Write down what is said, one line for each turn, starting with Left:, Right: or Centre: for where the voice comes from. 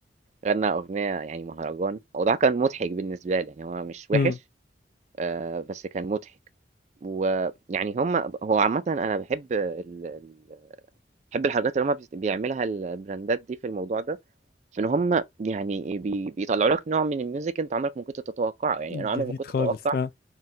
Right: غنى اغنيه يعني مهرجان الموضوع كان مضحك بالنسبه لي يعني هو مش وحش
Left: امم
Right: آه، بس كان مضحك ويعني هم هو عامه انا بحب ال... ال- بحب الحاجات اللي هم بيعملها البراندات دي في الموضوع ده في ان هم يعني بي... بيطلعوا لك نوع من الميوزك انت عمرك ما كنت تتوقعه يعني
Left: جديد
Right: انا عمري ما كنت
Left: خالص
Right: اتوقع
Left: اه